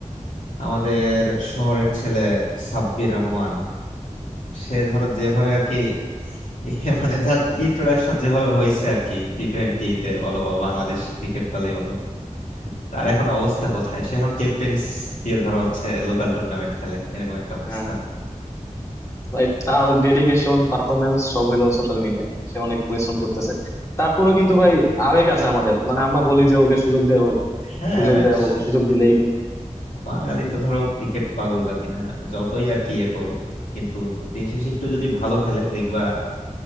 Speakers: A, on the left; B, on the left.
A: আমাদের শহরের ছেলে সাব্বির রহমান সে ধরো যেভাবে আর কি <laughs> এ মানে যার ইন্ট্রোডাকশন যেভাবে হয়েছে আর কি টি টোয়েন্টিতে বলো বা বাংলাদেশ ক্রিকেট দলেই বলো তার এখন অবস্থা কোথায় সে এখন টেপ টেনিস দিয়ে ধরো হচ্ছে লোকাল টুর্নামেন্ট খেলে এরকম একটা অবস্থা
B: হ্যাঁ ভাই তার ডেডিকেশন পারফরমেন্স সব হলো সোশ্যাল মিডিয়া সে অনেক পরিশ্রম করতেছে তারপরেও কিন্তু ভাই আবেগ আছে আমাদের মানে আমরা বলি যে ওকে সুযোগ দেওয়া হোক
A: হ্যাঁ
B: সুযোগ দেওয়া হোক
A: সে-
B: সুযোগ দিলেই করুক।
A: বাঙালি তো ধরো ক্রিকেট পাগল জাতি না যতই আর কি ইয়ে করো কিন্তু দিন শেষে একটু যদি ভালো খেলে দেখবা